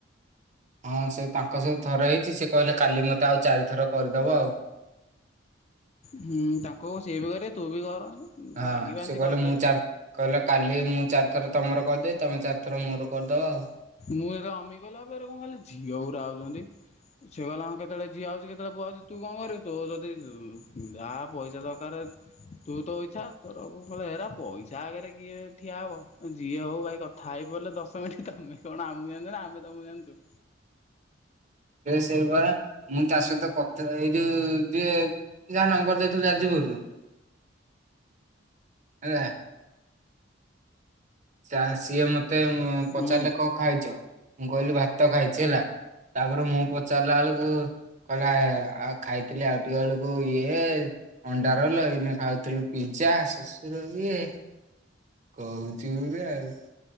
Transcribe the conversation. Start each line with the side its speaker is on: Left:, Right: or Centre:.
Right: ହଁ ସେ ତାଙ୍କ ସହିତ ଥରେ ହେଇଚି ସେ କହିଲେ କାଲି ମତେ ଆଉ ଚାରି ଥର କରିଦବ ଆଉ।
Left: ହୁଁ ତାଙ୍କୁ ସିଏ ବି କରିବେ ତୁ ବି କର।
Right: ହଁ
Left: ଲାଗି ପାଞ୍ଚି
Right: ସେ କହିଲେ
Left: କରିଦେଲେ।
Right: ମୁଁ ଚାର କହିଲେ କାଲି ମୁଁ ଚାର ଥରେ ତମର କରିଦେବି ତମେ ଚାରିଥର ମୋର କରିଦେବ ଆଉ।
Left: ମୁଁ ଏଉରା ଅମିଗଲା ଏରା କଣ ଖାଲି ଝିଅକୁଡା ଆଉଚନ୍ତି। ସିଏ କଲା ଆ କେତେବେଳେ ଯିଆ ହେଉଚି କେତେବେଳେ ପୁଅ ହେଉଚି ତୁ କଣ କରିବୁ ତୁ ଯଦି ଆ ପଇସା ଦରକାର ତୁ ତୋ ଇଛା ତୋର ଏରା ପଇସା ଆଗରେ କିଏ ଠିଆ ହବ ଯିଏ ହୋଉ ଭାଇ କଥା ଥାଇ ପଡିଲେ ଦଶ ମିନିଟ ତମେ କଣ ଆମକୁ ଜାଣିଚ ନା ଅମେ ତମକୁ ଜାଣିଚୁ।
Right: ସେଇପା ମୁଁ ତା ସହିତ କଥା ଏଇ ଯୋଉ ଯିଏ ଯାହା ନମ୍ବର ଦେଇଥିଲୁ ଯାଜପୁରରୁ ହେଲା। ଚା ସିଏ ମତେ ପଚାରିଲେ
Left: ହୁଁ
Right: କଣ ଖାଇଚ ମୁଁ କହିଲି ଭାତ ଖାଇଚି ହେଲା। ତାପରେ ମୁଁ ପଚାରିଲା ବେଳକୁ କହିଲା ଆଉ ଖାଇଥିଲି ଆଉ ଟିକ ବେଳକୁ ଇଏ ଅଣ୍ଡା ରୋଲ୍ ଏଇନା ଖାଉଥିଲୁ ପିଜା ଶଶୁର ବିଏ କୋହୁ। ଚିରୁ ଆଉ।